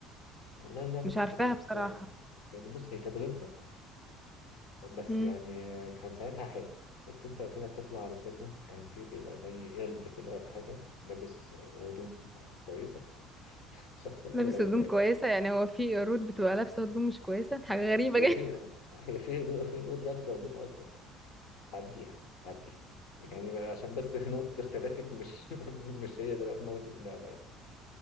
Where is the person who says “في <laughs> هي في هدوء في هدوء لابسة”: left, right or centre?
Left